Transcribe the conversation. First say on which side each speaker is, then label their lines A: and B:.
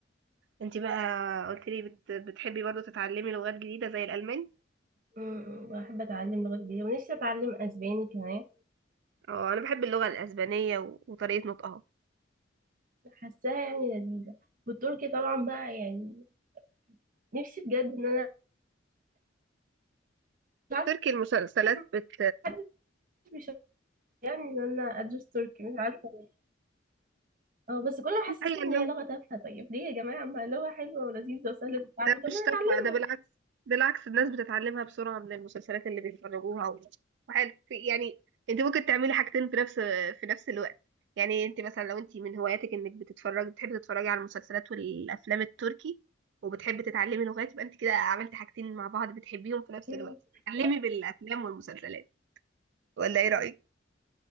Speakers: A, on the right; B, on the right.
A: انت بقى قلت لي بت... بتحبي برضو تتعلمي لغات جديده زي الالماني
B: مم. بحب أتعلم لغات جديدة ونفسي أتعلم أسباني كمان
A: اه انا بحب اللغة الاسبانية و- وطريقة نطقها
B: حاساها يعني لذيذة والتركي طبعا بقى يعني نفسي بجد ان انا مش
A: التركي
B: عارفه
A: المسلسلات
B: بس
A: بت
B: محدش بيشجعني ان انا ادرس تركي مش عارفه ليه اه بس كله محسسني
A: هي اللغة
B: ان هي لغه تافهه طيب ليه يا جماعه ما لغه حلوه ولذيذه وسهله التعلم
A: أنا
B: طب
A: مش
B: ما
A: تافهة
B: نتعلمها
A: ده بالعكس بالعكس الناس بتتعلمها بسرعة من المسلسلات اللي بيتفرجوها و- وحاجة في- يعني انت ممكن تعملي حاجتين في نفس في نفس الوقت يعني انت مثلا لو انت من هواياتك انك بتتفرجي بتحبي تتفرجي على المسلسلات والافلام التركي وبتحبي تتعلمي لغات يبقى انت كده عملتي حاجتين مع بعض بتحبيهم في نفس
B: يعني
A: الوقت تتعلمي
B: صح
A: بالافلام والمسلسلات ولا ايه رأيك؟